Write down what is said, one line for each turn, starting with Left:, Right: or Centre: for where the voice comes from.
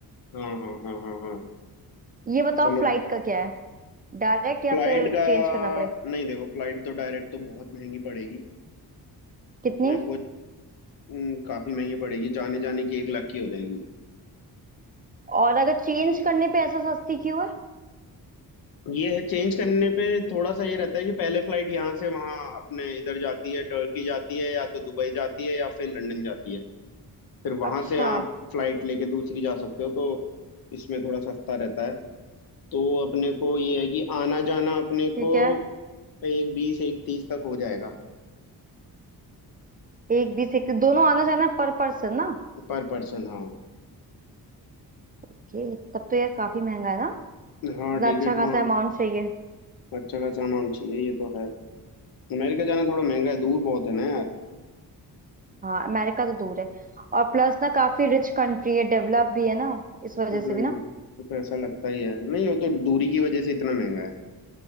Left: हाँ हाँ हाँ हाँ हाँ
Right: ये बताओ
Left: चलो
Right: फ्लाइट का क्या है डायरेक्ट या
Left: फ्लाइट
Right: फिर
Left: का
Right: चेंज करना पड़े
Left: नहीं देखो फ्लाइट तो डायरेक्ट तो बहुत महंगी पड़ेगी
Right: कितनी
Left: अपने को हम्म, काफी महंगी पड़ेगी जाने जाने की एक लाख की हो जाएगी
Right: और अगर चेंज करने पे ऐसा सस्ती क्यों है
Left: ये है चेंज करने पे थोड़ा सा ये रहता है कि पहले फ्लाइट यहाँ से वहाँ अपने इधर जाती है टर्की जाती है या तो दुबई जाती है या फिर लंदन जाती है फिर वहां
Right: अच्छा
Left: से आप फ्लाइट लेके दूसरी जा सकते हो तो इसमें थोड़ा सस्ता रहता है तो अपने को ये है कि आना जाना अपने
Right: ठीक
Left: को
Right: है
Left: एक बीस एक तीस तक हो जाएगा
Right: एक बीस एक दोनों आना जाना पर पर्सन ना
Left: पर पर्सन हाँ
Right: कि तब तो यार काफी महंगा है ना मतलब
Left: हाँ टिकट
Right: अच्छा खासा
Left: वहाँ
Right: अमाउंट चाहिए
Left: अच्छा खासा अमाउंट चाहिए ये तो है अमेरिका जाना थोड़ा महंगा है दूर बहुत है ना यार
Right: हाँ अमेरिका तो दूर है और प्लस ना काफी रिच कंट्री है डेवलप भी है ना इस वजह
Left: हम्म
Right: से भी ना
Left: तो पैसा लगता ही है नहीं वो तो दूरी की वजह से इतना महंगा है